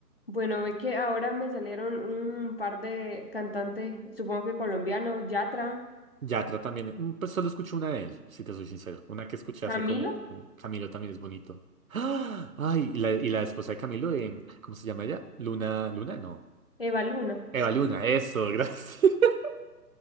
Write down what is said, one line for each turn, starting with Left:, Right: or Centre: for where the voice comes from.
Left: Bueno, ve que ahora me salieron un par de cantantes, supongo que colombianos, Yatra,
Right: Yatra también. mm, Pues solo escucho una de él, si te soy sincero. Una que escuché
Left: Camilo,
Right: hace como como Camilo también es bonito. ¡Ah! Ay, y la, y la esposa de Camilo, em, ¿cómo se llama ella? Luna, Luna, no.
Left: Eva Luna.
Right: Eva Luna, eso, gracias. <laughs>